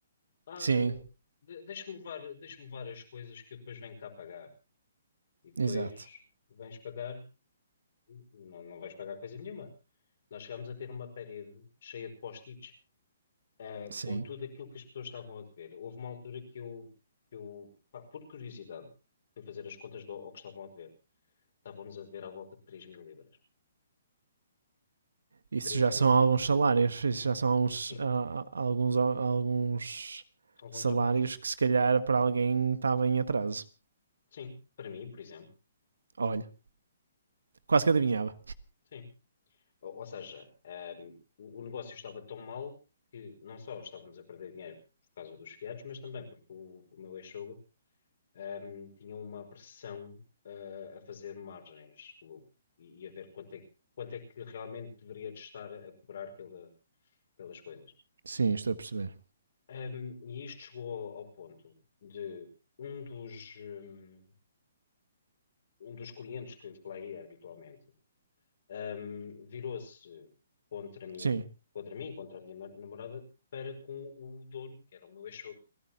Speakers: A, on the left (about 60°); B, on the right (about 85°).
A: Ah,
B: Sim,
A: de- deixa-me levar, deixa-me levar as coisas que eu depois venho cá pagar. E depois
B: exato.
A: vens pagar, não, não vais pagar coisa nenhuma. Nós chegámos a ter uma parede cheia de post-its, ah,
B: Sim.
A: com tudo aquilo que as pessoas estavam a dever. Houve uma altura que eu, que eu pá, por curiosidade, fui fazer as contas do, ao que estavam a dever. Estavam-nos a dever à volta de três mil libras.
B: Isso
A: Três
B: já
A: mil
B: são alguns
A: libras.
B: salários. Isso já são alguns,
A: Sim,
B: a- a- alguns, alguns
A: alguns
B: salários
A: ordenados.
B: que, se calhar, para alguém estava em atraso.
A: Sim, para mim, por exemplo.
B: Olha, quase que adivinhava.
A: Por exemplo. Sim. Ou, ou seja, ahm, o, o negócio estava tão mal que não só estávamos a perder dinheiro por causa dos fiados, mas também porque o, o meu ex-sogro, ahm, tinha uma aversão, ah, a fazer margens de lucro e, e a ver quanto é, quanto é que realmente deveria de estar a cobrar pela- pelas coisas.
B: Sim, estou a perceber.
A: Ahm, e isto chegou ao, ponto de um dos, hum, um dos clientes que, que lá ia habitualmente um, virou-se contra mim,
B: Sim,
A: contra mim, contra a minha ma- namorada, para com o dono, que era o meu ex-sogro,